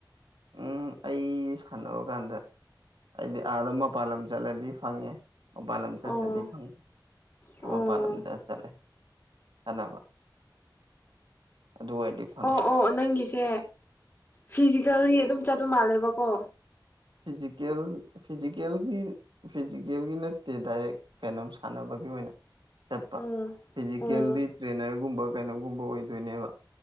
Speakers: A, on the right; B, on the left.
A: ꯎꯝ ꯑꯩ ꯁꯥꯟꯅꯕ ꯀꯥꯟꯗ ꯍꯥꯏꯗꯤ ꯑꯥꯗ ꯃꯄꯥꯟ ꯂꯝ ꯆꯠꯂꯗꯤ ꯐꯪꯉꯦ ꯃꯄꯥꯟ ꯂꯝ ꯆꯠꯇ꯭ꯔꯗꯤ
B: ꯑꯣ
A: ꯐꯪ ꯑꯥ
B: ꯑꯣ
A: ꯃꯄꯥꯟ ꯂꯝꯗ ꯆꯠꯂꯦ ꯁꯥꯟꯅꯕ ꯑꯗꯨ ꯑꯣꯏꯔꯗꯤ ꯐꯪ
B: ꯑꯣ ꯑꯣ ꯅꯪꯒꯤꯁꯦ ꯐꯤꯖꯤꯀꯦꯜꯒꯤ ꯑꯗꯨꯝ ꯆꯠꯄ ꯃꯥꯜꯂꯦꯕꯀꯣ
A: ꯐꯤꯖꯤꯀꯦꯜ ꯐꯤꯖꯤꯀꯦꯜꯒꯤ ꯐꯤꯖꯤꯀꯦꯜꯒꯤ ꯅꯠꯇꯦ ꯗꯥꯏꯔꯦꯛ ꯀꯩꯅꯣꯝ ꯁꯥꯟꯅꯕꯒꯤ ꯑꯣꯏꯅ ꯆꯠꯄ
B: ꯎꯝ
A: ꯐꯤꯖꯤꯀꯦꯜꯗꯤ
B: ꯑꯣ
A: ꯇ꯭ꯔꯦꯅꯔꯒꯨꯝꯕ ꯀꯩꯅꯣꯒꯨꯝꯕ ꯑꯣꯏꯗꯣꯏꯅꯦꯕ